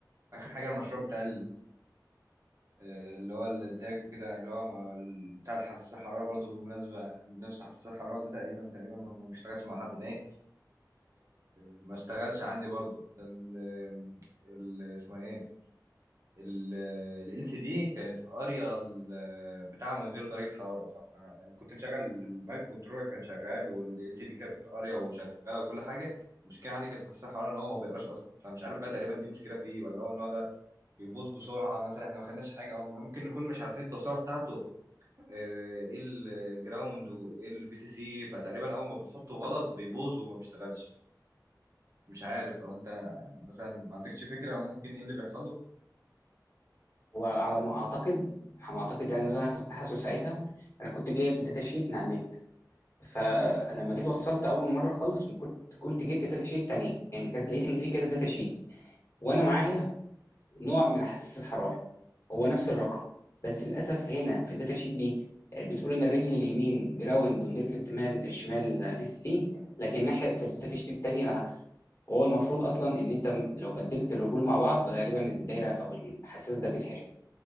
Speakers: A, on the right; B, on the left.
A: اخر حاجة المشروع بتاع آه، اللي هو الداك وكده يعني اللي هو ما- بتاع الحساس الحرارة برضو بالمناسبة نفس حساس الحرارة ده تقريبا تقريبا هو ما بيشتغلش مع حد ما إيه، ما اشتغلش عندي برضو ال ال اسمها ايه ال ال سي دي كانت قارية ال- بتاع من غير درجة حرارة فكنت مشغل المايك كنترولر كان شغال وال سي دي كانت قارية وشغالة وكل حاجة المشكلة عندي كانت في حساس الحرارة ان هو ما بيقراش اصلا فمش عارف بقى تقريبا دي مشكلة فيه ولا هو النوع ده بيبوظ بسرعه مثلا احنا ما خدناش حاجه او ممكن نكون مش عارفين التوصيله بتاعته آه، ايه الجراوند وايه الفي سي سي فتقريبا اول ما بنحطه غلط بيبوظ وما بيشتغلش مش عارف او انت مثلا ما عندكش فكره ممكن ايه اللي بيحصل له
B: وعلى ما اعتقد على ما اعتقد يعني ده اللي انا كنت حاسه ساعتها انا كنت جايب داتا شيت من على النت فلما جيت وصلت اول مره خالص ما كنت كنت جبت داتا شيت تانية يعني كذا لقيت ان في كذا داتا شيت وانا معايا نوع من حساس الحراره هو نفس الرقم بس للاسف هنا في الداتا شيت دي آه، بتقول ان الرجل اليمين جراوند والرجل الشمال الشمال في سي لكن ناحيه في الداتا شيت التانية العكس هو المفروض اصلا ان انت لو بدلت الرجول مع بعض غالبا الدايره او الحساس ده بيتحرق